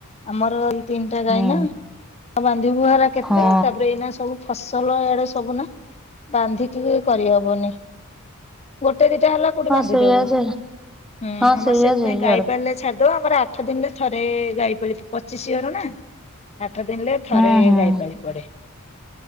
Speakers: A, on the left; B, in the centre.
A: ଆମର ଏଇ ତିନିଟା ଗାଈ
B: ହୁଁ
A: ନା, ଆ ବାନ୍ଧିବୁହାରା କେତେ
B: ହଁ
A: ତାପରେ ଏଇନା ସବୁ ଫସଲ ଏଆଡେ ସବୁ ନା। ବାନ୍ଧିକି ବି କରିହବନି। ଗୋଟେ ଦିଟା ହେଲା କୋଉଠି
B: ହଁ
A: ବାନ୍ଧିଦବୁ।
B: ସେଇଆ ଯେ
A: ହୁଁ
B: ହଁ
A: ଆମର
B: ସେଇଆ
A: ସେଥିପାଇଁ
B: ଯେ
A: ଗାଇ
B: ଇଆଡେ
A: ପାଳି ଲେ ଛାଡି ଦଉ ଆମର ଆଠ ଦିନରେ ଥରେ ଗାଈ ପାଳି ପ ପଚିଶି ଘର ନା? ଆଠ ଦିନରେ ଥରେ
B: ହୁଁ ହୁଁ
A: ଗାଇପାଳି ପଡେ।